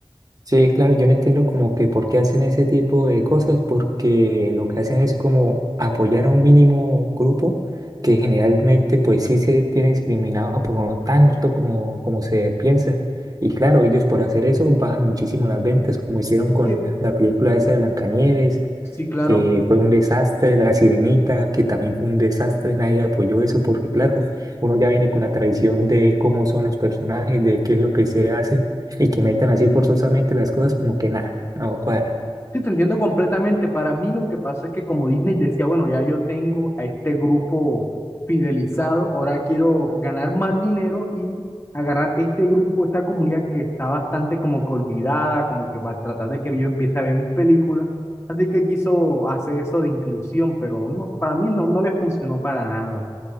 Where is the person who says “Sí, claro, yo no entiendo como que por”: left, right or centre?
Right